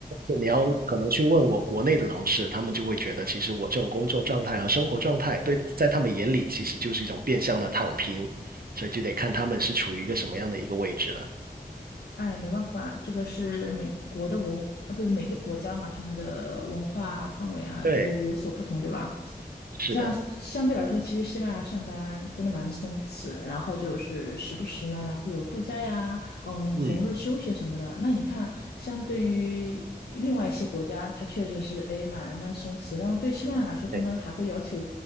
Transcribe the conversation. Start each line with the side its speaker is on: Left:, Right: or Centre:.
Right: 是你要可能去问我国内的同事，他们就会觉得，其实我这种工作状态和生活状态，对，在他们眼里其实就是一种变相的躺平，所以就得看他们是处于一个什么样的一个位置了。
Left: 哎，没办法，这个是美国的文化，呃，不是每个国家嘛，他们的文化氛围啊都有所不同，
Right: 对，
Left: 对吧？
Right: 是的，
Left: 像相对来说，其实西班牙上班真的蛮松弛的然后就是时不时呢，然后会有度假呀，嗯，
Right: 嗯，
Left: 红日休息什么的。那你看，相对于另外一些国家，它确实是哎蛮蛮松弛。然后对西班牙来说，他们还会要求，
Right: 对，